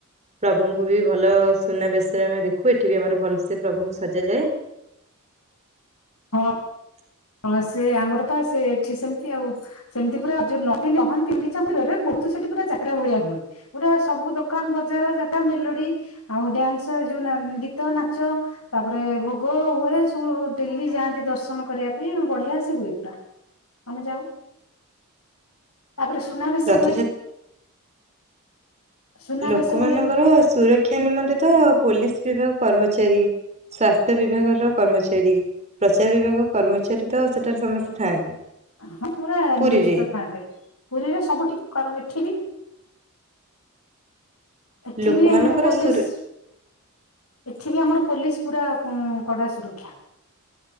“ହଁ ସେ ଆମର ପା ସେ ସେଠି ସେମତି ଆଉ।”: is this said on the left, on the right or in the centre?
Left